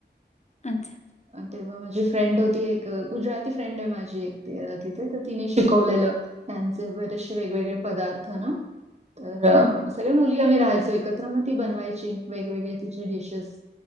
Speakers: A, on the left; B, on the right.
A: अच्छा.
B: अ, तेव्हा माझी फ्रेंड होती, एक गुजराती फ्रेंड हे माझी एक तिथे, तर तिने शिकवलेलं. त्यांचे बरेचशे वेगवेगळे पदार्थ ना, तर
A: हम्म हम्म.
B: मुली आम्ही राहायचो एकत्र, मग ती बनवायची वेगवेगळे तिचे डिशेस.